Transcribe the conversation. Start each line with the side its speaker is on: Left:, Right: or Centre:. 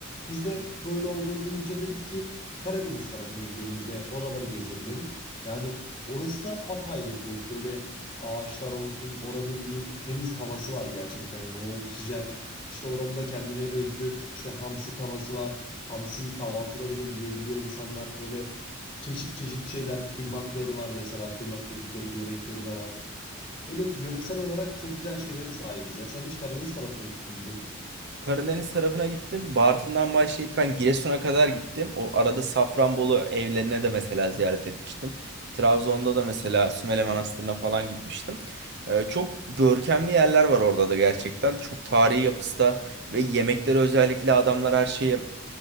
Left: Biz de böyle olduğunu duyunca dedik ki Karadeniz tarafına gidelim bir de oraları gezelim dedik. Yani orası da apayrı bir boyut. Böyle ağaçlar olsun oranın bir temiz havası var gerçekten yani o oksijen işte oranın da kendine özgü işte hamsi tavası var. Hamsiyi kahvaltıda bile yiyebiliyor insanlar. Böyle çeşit çeşit şeyler kuymakları var mesela kuymak dedikleri bir yemekleri de var. Böyle yöresel olarak çok güzel şeylere sahibiz ya. Sen hiç Karadeniz tarafına gittin mi peki?
Right: Karadeniz tarafına gittim. Bartın'dan başlayıp ben Giresun'a kadar gittim. O arada Safranbolu evlerine de mesela ziyaret etmiştim. Trabzon'da da mesela Sümele Manastırı'na falan gitmiştim. E, çok görkemli yerler var orada da gerçekten. Çok tarihi yapısı da ve yemekleri özellikle adamlar her şeyi